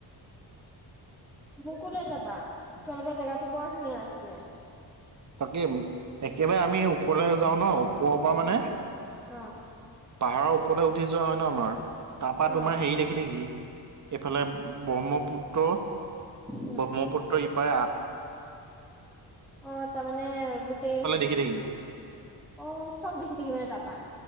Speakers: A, in the centre; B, on the right.
A: মোকো লৈ যাবা, তোমালোকৰ জেগাতো বৰ ধুনীয়া আছিলে।
B: তাকে, একেবাৰে আমি ওপৰলৈ যাওঁ ন ওপৰৰ পৰা মানে
A: অ।
B: পাহাৰৰ ওপৰলৈ উঠি যোৱা হয় ন আমাৰ, তাৰপৰা
A: অ
B: তোমাৰ হেৰি দেখি থাকি। এইফালে ব্ৰহ্মপুত্ৰ -
A: উম।
B: ব্ৰহ্মপুত্ৰ ইপাৰে আ
A: অ তাৰ মানে গোটেই
B: থ থি <unintelligible>
A: অ চব দেখি থাকি মানে তাপা?